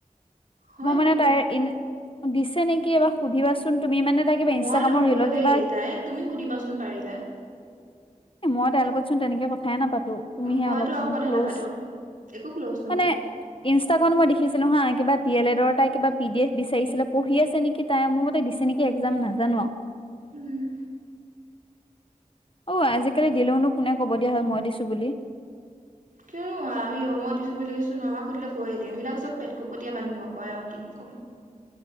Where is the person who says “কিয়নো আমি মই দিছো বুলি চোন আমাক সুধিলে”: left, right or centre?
Right